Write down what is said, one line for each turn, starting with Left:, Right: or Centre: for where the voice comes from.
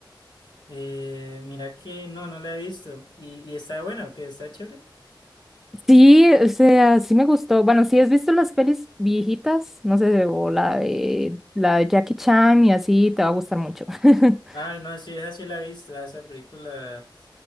Left: Eh, mira que no, no la he visto. ¿Y, y está buena o qué? ¿Está chévere?
Centre: Sí, o sea, sí me gustó. Bueno, si has visto las pelis viejitas, no sé, o la de, la de Jackie Chan y así, te va a gustar mucho. <laughs>
Left: Ah, no, sí, esa sí la he visto. ah, Esa película,